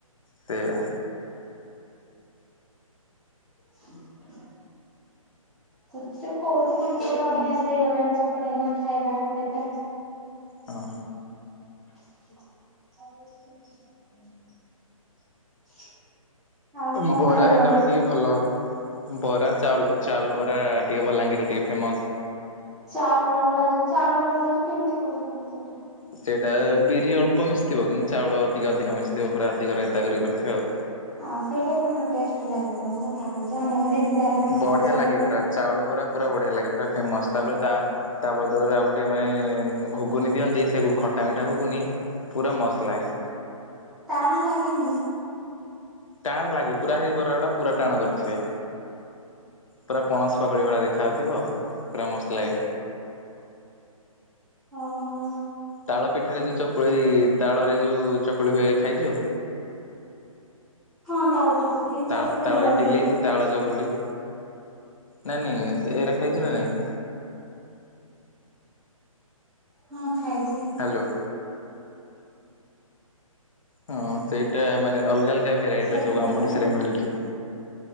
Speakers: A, on the left; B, in the centre.
A: ସେଆ
B: ହୁଁ ହୁଁ। <inaudible> କିଛି କୋଉଠି ତାଙ୍କର ଗୋଟେ ଅଭ୍ୟାସ ହେଇଗଲାଣି ସେପଟେ ନା ଖାଇବା ସେଇଟା।
A: ହଁ।
B: <unintelligible> ଆଉ
A: ଅମ
B: କଣ
A: ବରା
B: ଖାଇବୁ
A: ହକା
B: ଆମର
A: ବିକି ଭଲ। ବରା ଚାଉଲ ଚାଉଲ ବରା ଟିକେ ବଲାଙ୍ଗୀରେ ଟିକେ ଫେମସ୍।
B: ଚାଉଳ ବରା ଜୁ ଚାଉଳ ବରା ଜୁ କେମିତି କରୁଛନ୍ତି ସେଇଟା?
A: ସେଇଟା ବିରି ଅଳ୍ପ ମିଶିଥିବ କିନ୍ତୁ ଚାଉଳ ଟିକେ ଅଧିକ ମିଶଥିବ ପୁରା ଅଧିକ ରେ ଏତା କରିକି କରିଥିବେ ଆଉ।
B: ଆଉ ସେଇଟା କଣ ଟେଷ୍ଟ ଲାଗିବ ମୁଁ କଥା କହୁଛ ଆମ ପଟେ ଏମିତି ହେଲା ଆମେ
A: ବଢିଆ
B: ଖାଉଛେ
A: ଲାଗେ
B: କି ଇଆଡ଼େ
A: ପୁରା ଚାଉଳ ବରା ପୁରା ବଢିଆ ଲାଗେ ପୁରା ଫେମସ୍ ତାପରେ ତା ତା ବଦଳରେ ଆଉ ଗୋଟେ ମାନେ ଘୁଗୁନି ଦିଅନ୍ତି ସେ ଗୁ ଖଟା ମିଠା ଘୁଗୁନି ପୁରା ମସ୍ତ ଲାଗେ।
B: ଟାଣ ଲାଗେନି?
A: ଟାଣ ଲାଗେ ପୁରା ହେଇ ବରା ଗୁଡା ପୁରା ଟାଣ କରିଥିବେ। ପୁରା ପଣସ ପକଡ଼ି ଭଳି ଦେଖାଯାଉଥିବ ପୁରା ମସ୍ତ ଲାଗେ।
B: ଓହୋ।
A: ତାଳ ପିଠାରେ ଯୋଉ ଚକୁଳି ତାଳରେ ଯୋଉ ଚକୁଳି ହୁଏ ଖାଇଛୁ?
B: ହଁ ତାଳ ଚକୁଳି
A: ତା
B: ସେଗୁଡା
A: ତାଳ ଇଟିଲ
B: ଦିଅନ୍ତି।
A: ତାଳ ଚକୁଳି। ନାଇଁ ନାଇଁ ସେ ଏରା ଖାଇବୁ ନା ନାଇଁ?
B: ହଁ ଖାଇଛି।
A: ହ୍ୟାଲୋ। ହଁ ସେଇଟା ମାନେ ଅଲଗା ଅଲଗା ଭେରାଇଟିର
B: ସେଗୁଡା
A: ସବୁ ଆମ ଓଡିଶାରେ ମିଳୁଛି